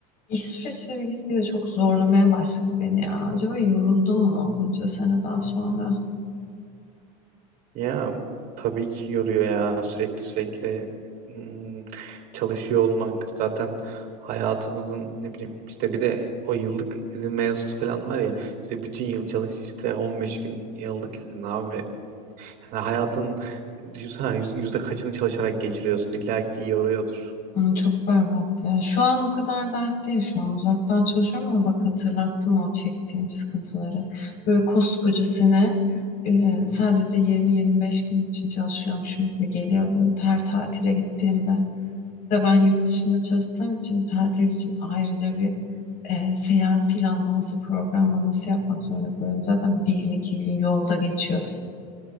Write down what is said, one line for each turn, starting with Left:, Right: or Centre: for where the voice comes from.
Left: İş süreçleri gitgide çok zorlamaya başladı beni ya. Acaba yoruldum mu bunca seneden sonra?
Right: Ya tabii ki yoruyor ya sürekli sürekli hmm, çalışıyor olmak zaten hayatımızın ne bileyim işte bir de o yıllık izin mevzusu falan var ya işte bütün yıl çalış işte 15 gün yıllık izin abi. Yani hayatın düşünsene yüz- yüzde kaçını çalışarak geçiriyorsun illa ki yoruyordur.
Left: Ay, çok berbat ya. Şu an o kadar dert değil. Şu an uzaktan çalışıyorum ama bak hatırlattın o çektiğim sıkıntıları. Böyle koskoca sene e, sadece 20-25 gün için çalışıyormuşum gibi geliyordu. Her tatile gittiğimde. Bir de ben yurt dışında çalıştığım için tatil için ayrıca bir e, seyahat planlaması, programlaması yapmak zorunda kalıyorum. Zaten bir gün iki gün yolda geçiyor